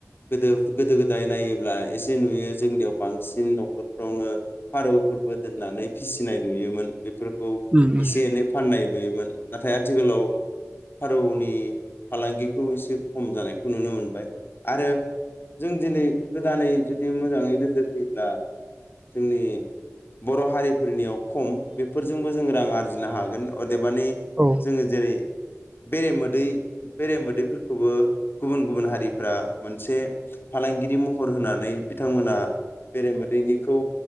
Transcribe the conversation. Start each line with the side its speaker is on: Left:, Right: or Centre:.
Left: गोदो गोदो गोदाय नायोब्ला एसे नुयो जोंनियाव बांसिन न'खरफ्रावनो फारौफोरबो दोननानै फिसिनाय नुयोमोन बे फोरखौ
Right: उम उम
Left: एसे एनै फाननाय नुयोमोन। नाथाय आथिखालाव फारौनि फालांगिखौ एसे खम जानायखौ नुनो मोनबाय आरो जों दिनै गोदानै जुदि मोजाङै नोजोर होयोब्ला जोंनि बर' हारिफोरनियाव खम बेफोरजोंबो जोंङो रां आरजिनो हागोन अदेबानि
Right: औ
Left: जोंङो जेरै बेरेमोदै बेरेमोदैफोरखौबो गुबुन गुबुन हारिफोरा मोनसे फालांगिरि महर होनानै बिथांमोना बेरे मोदैनिखौ